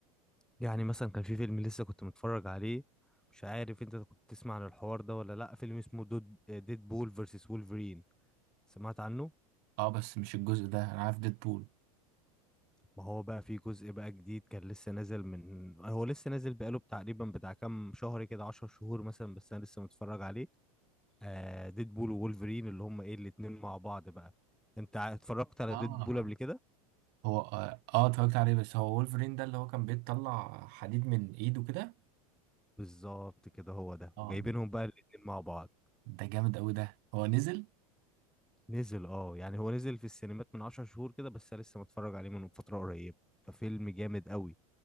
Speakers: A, in the centre; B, on the right.
A: يعني مثلا كان في فيلم لسه كنت متفرج عليه مش عارف انت كنت تسمع عن الحوار ده ولا لا فيلم اسمه دود ديد بول فيرسس وولفرين سمعت عنه
B: آه بس مش الجزء ده أنا عارف ديدبول
A: ما هو بقى في جزء بقى جديد كان لسه نازل من هو لسه نازل بقاله تقريبا بتاع كام شهر كده 10 شهور مثلا بس انا لسه متفرج عليه آه ديد بول وولفرين اللي هم ايه الاتنين مع بعض بقى انت ع- اتفرجت على
B: آه
A: ديد بول قبل كده
B: هو آه آه، اتفرجت عليه بس هو وولفرين ده اللي هو كان بيطلع حديد من إيده كده
A: بالظبط كده هو ده
B: آه
A: جايبينهم بقى الاتنين مع بعض
B: ده جامد أوي ده هو نزل
A: نزل اه يعني هو نزل في السينمات من عشر شهور كده بس أنا لسه متفرج عليه من فترة قريبة ففيلم جامد قوي